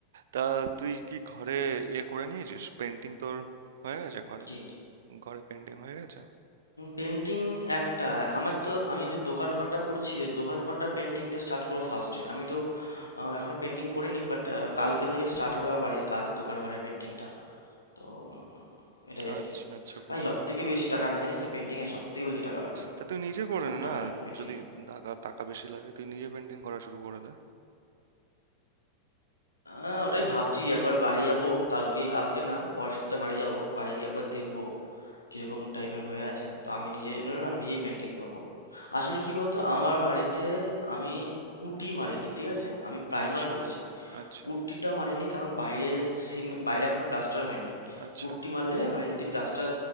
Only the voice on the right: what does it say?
তা তুই কি ঘরে এ করে নিয়েছিস পেন্টিং তোর হয়ে গেছে ঘরে
ঘরে পেন্টিং হয়ে গেছে
আচ্ছা
আচ্ছা
বুঝলাম
তা তুই নিজে করে
নে
না
যদি টাকা টাকা বেশি লাগে তুই নিজে পেন্টিং করা শুরু করে দে
আচ্ছা
আচ্ছা
আচ্ছা